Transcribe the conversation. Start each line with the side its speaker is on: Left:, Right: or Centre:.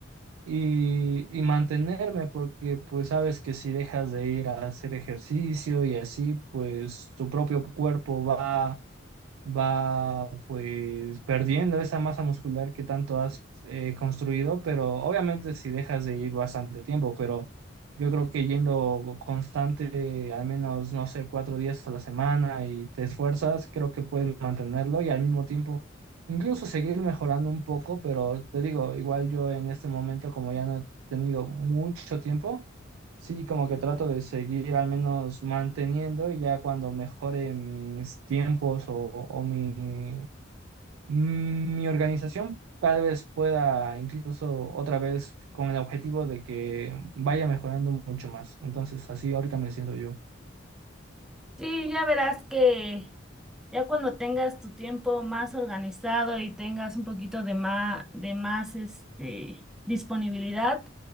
Right: y, y mantenerme, porque pues sabes que si dejas de ir a hacer ejercicio y así, pues tu propio cuerpo va va pues perdiendo esa masa muscular que tanto has eh, construido, pero obviamente si dejas de ir bastante tiempo, pero yo creo que yendo constante, al menos, no sé, cuatro días a la semana y te esfuerzas, creo que puedes mantenerlo y al mismo tiempo incluso seguir mejorando un poco, pero te digo, igual yo en este momento como ya no he tenido mucho tiempo, Sí, como que trato de seguir al menos manteniendo y ya cuando mejore mis tiempos o, o mi, mi organización, tal vez pueda incluso otra vez con el objetivo de que vaya mejorando mucho más. Entonces, así ahorita me siento yo.
Centre: Sí, ya verás que ya cuando tengas tu tiempo más organizado y tengas un poquito de más, de más este, disponibilidad,